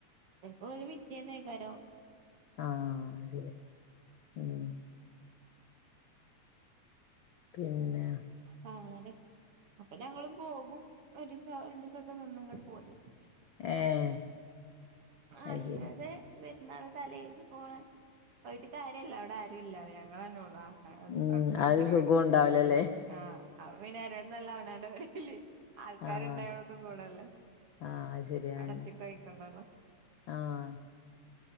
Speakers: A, on the right; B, on the left.
A: ചെൽപ്പോ ഈ വിദ്യാന്നേക്കാരോ
B: ആ <inaudible> ശരി ഉം പിന്നെ
A: ആ അങ്ങനെ അപ്പൊ ഞങ്ങളും പോകും ഒരിസോ രണ്ടിസൊക്കെ നിന്ന് ഇങ്ങട്ട് പോരും
B: ഏഹ് അത്
A: അല്ലാതെ
B: ശരി
A: വെര്ന്നാള് തലേന്ന് പോവാൻ പറഞ്ഞിട്ട് കാര്യവില്ല അവിടെ ആരൂല്ല ങ്ങളന്നെ ഒള്ളു ആ അ
B: ഉം
A: ഒക്കെ
B: ആ ഒരു
A: പരിപാടിക്ക്
B: സുഖം ഉണ്ടാവൂലല്ലേ
A: ആഹ് അപ്പൊ പിന്നെ അതിലാറീം നല്ലത് അവനാൻ്റെ പെരീൽ ആൾക്കാരുണ്ടായോണ്ട്
B: ആഹ്
A: കൂടല്ലേ
B: ആഹ് അത് ശരിയാന്നെ
A: അവടറ്റക്ക് പോയിക്കണ്ടല്ലോ
B: ആഹ്